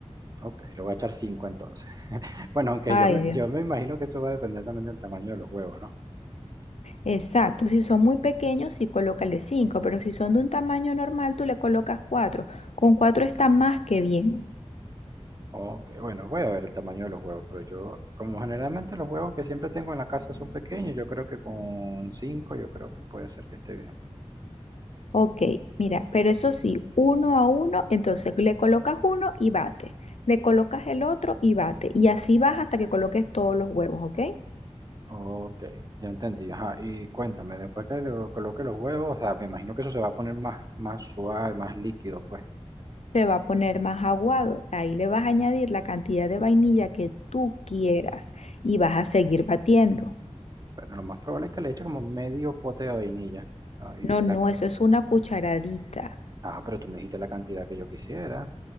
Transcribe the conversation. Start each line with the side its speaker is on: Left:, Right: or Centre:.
Right: Ok, le voy a echar 5 entonces. <laughs> Bueno, aunque
Left: Ay,
Right: yo me,
Left: Dios.
Right: yo me imagino que eso va a depender también del tamaño de los huevos, ¿no?
Left: Exacto, si son muy pequeños, sí colócale cinco, pero si son de un tamaño normal, tú le colocas cuatro. Con cuatro está más que bien.
Right: Ok, bueno, voy a ver el tamaño de los huevos, pero yo, como generalmente los huevos que siempre tengo en la casa son pequeños, yo creo que con 5 yo creo que puede ser que esté bien.
Left: Ok, mira, pero eso sí, uno a uno, entonces le colocas uno y bate, le colocas el otro y bate, y así vas hasta que coloques todos los huevos, ¿ok?
Right: Ok, ya entendí. Ajá, y cuéntame, después que le coloque los huevos, o sea, me imagino que eso se va a poner más, más suave, más líquido, pues.
Left: Se va a poner más aguado, ahí le vas a añadir la cantidad de vainilla que tú quieras y vas a seguir batiendo.
Right: Bueno, lo más probable es que le eche como medio pote de vainilla. Ah, y
Left: No,
Right: será
Left: no,
Right: que...
Left: eso es una cucharadita.
Right: Ah, pero tú me dijiste la cantidad que yo quisiera.